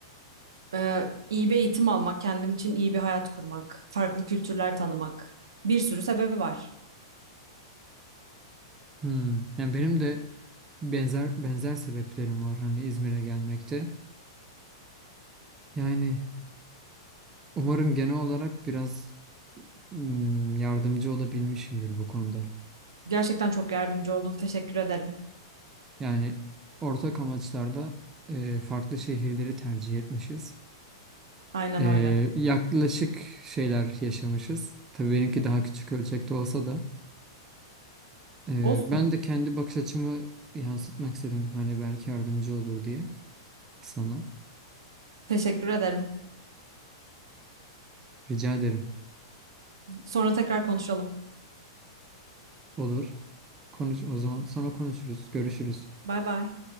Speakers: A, on the right (about 80°); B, on the right (about 20°).
A: Ee, iyi bir eğitim almak, kendim için iyi bir hayat kurmak, farklı kültürler tanımak, bir sürü sebebi var.
B: Hmm. Yani benim de benzer benzer sebeplerim var hani İzmir'e gelmekte. Yani Umarım genel olarak biraz mm, yardımcı olabilmişimdir bu konuda.
A: Gerçekten çok yardımcı oldun. Teşekkür ederim.
B: Yani ortak amaçlarda e, farklı şehirleri tercih etmişiz.
A: Aynen
B: E,
A: öyle.
B: yaklaşık şeyler yaşamışız. Tabii benimki daha küçük ölçekte olsa da. e,
A: Olsun.
B: ben de kendi bakış açımı yansıtmak istedim. Hani belki yardımcı olur diye sana.
A: Teşekkür ederim.
B: Rica ederim.
A: Sonra tekrar konuşalım.
B: Olur. Konuş o zaman sonra konuşuruz, görüşürüz.
A: Bay bay.